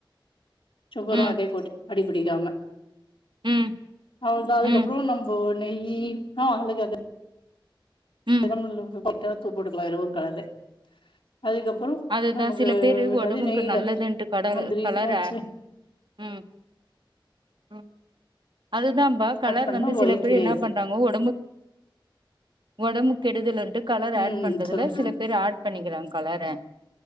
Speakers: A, on the left; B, on the right.
A: சுகரும்
B: ம்
A: அதே கூடி அடிபிடிக்காம
B: ம்
A: அவ்தா அதுக்கப்புறோ
B: ம்
A: நம்போ நெய்யி ஆ அவங்களுக்கு அது
B: ம்
A: <unintelligible> <unintelligible> போட்டுக்கலா எதோ ஒரு கலரு அதுக்கப்புறோ
B: அதுதா
A: நமக்கு
B: சில பேரு
A: என்னது
B: ஒடம்புக்கு
A: நெய்யில
B: நல்லதுன்ட்டு கடல
A: முந்திரி
B: கலர
A: திராச்ச
B: ம் ம் அதுதாம்பா கலர்
A: பண்ணா
B: வந்து சில
A: ஒயிட்லயே
B: பேர் என்னா
A: இருக்கு
B: பண்றாங்கோ ஒடம்புக் ஒடம்பு கெடுதலரு கலர்
A: ம்
B: ஆட் பண்றதுல
A: சொல்லுங்க
B: சில பேர் ஆட் பண்ணிக்கிறாங் கலார